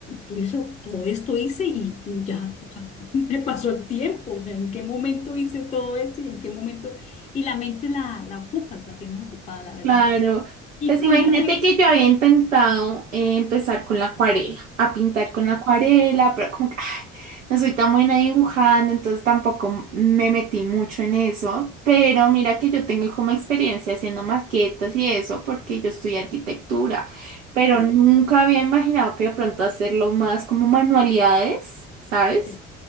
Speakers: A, on the left; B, on the right.
A: tú hice todo esto hice y, y ya, o sea, <laughs> me pasó el tiempo, o sea, en qué momento hice todo esto y en qué momento, y la mente la, la ocupas, la tienes ocupada, la verdad.
B: Claro,
A: Y
B: pues
A: cuéntame,
B: imagínate que yo había intentado eh, empezar con la acuarela, a pintar con la acuarela, pero como que ay, no soy tan buena dibujando, entonces tampoco me metí mucho en eso, pero mira que yo tengo como experiencia haciendo maquetas y eso, porque yo estudié arquitectura, pero
A: sí,
B: nunca había imaginado que de pronto hacerlo más como manualidades, ¿sabes?
A: sí,